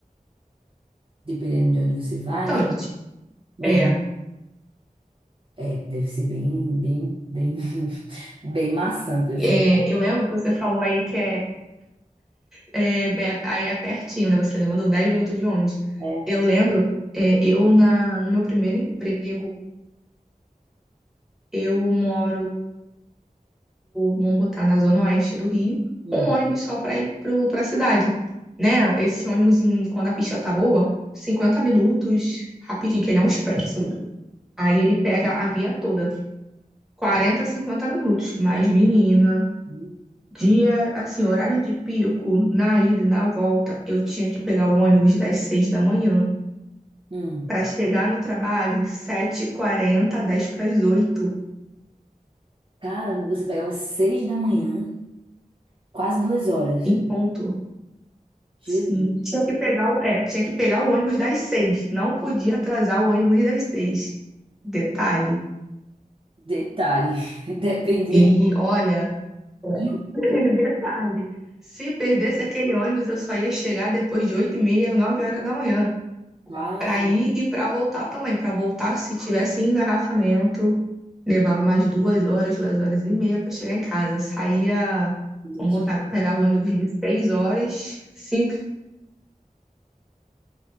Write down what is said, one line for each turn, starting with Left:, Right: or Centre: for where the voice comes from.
Right: dependendo de onde você vai,
Centre: bastante.
Right: né? Uhum.
Centre: É,
Right: É, deve ser bem, bem, bem, <laughs> bem maçante, assim.
Centre: é, eu lembro que você falou aí que é, é, é- aí é pertinho, né? Você mandou 10 minutos de ônibus.
Right: É.
Centre: Eu lembro, é, eu na, no meu primeiro emprego, eu moro vamos botar na zona oeste do Rio,
Right: Hum.
Centre: um ônibus só para ir para a cidade, né? Esse ônibus, em- quando a pista tá boa, 50 minutos, rapidinho, que ele é um expresso. Aí ele pega a via toda, quarenta 50 minutos. Mas, menina,
Right: Uhum.
Centre: dia, assim, horário de pico, na ida e na volta, eu tinha que pegar o ônibus das 6 da manhã
Right: Hum.
Centre: para chegar no trabalho sete h 40 10 para as 8,
Right: Caramba, você pegava seis da manhã, quase duas horas.
Centre: em ponto.
Right: Jesus.
Centre: Sim, tinha que pegar o, é, tinha que pegar o ônibus das seis. Não podia atrasar o ônibus das seis. Detalhe.
Right: Detalhe, <laughs> dependia
Centre: E
Right: do
Centre: olha,
Right: rio.
Centre: <laughs>
Right: E,
Centre: detalhe. Se perdesse aquele ônibus, eu só ia chegar depois de oito e meia, nove horas da manhã.
Right: claro,
Centre: Pra ir e pra voltar também. Pra voltar, se tivesse engarrafamento, levava mais duas horas, duas horas e meia pra chegar em casa. Saía,
Right: meu Deus.
Centre: vamos botar, pegava o ônibus de seis horas, cinco